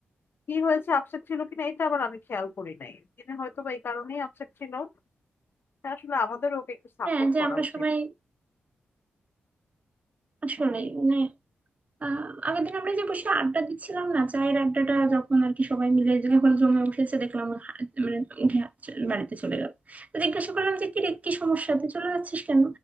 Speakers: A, on the left (about 60°); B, on the right (about 35°).
A: কি হয়েছে আপসেট ছিল কিনা এটা আবার আমি খেয়াল করি নাই তিনি হয়তো বা এই কারণেই আপসেট ছিল তা আসলে আমাদের ওকে একটু সাপোর্ট
B: হ্যাঁ যে
A: করা
B: আমরা
A: উচিত
B: সবাই আসলে মানে আহ আগের দিন আমরা যে বসে আড্ডা দিচ্ছিলাম না চায়ের আড্ডাটা যখন আর কি সবাই মিলে যখন জমে উঠেছে দেখলাম ও হা- মানে উঠে হা- চ- বাড়িতে চলে গেল তো জিজ্ঞাসা করলাম যে কি রে কি সমস্যা তুই চলে যাচ্ছিস কেন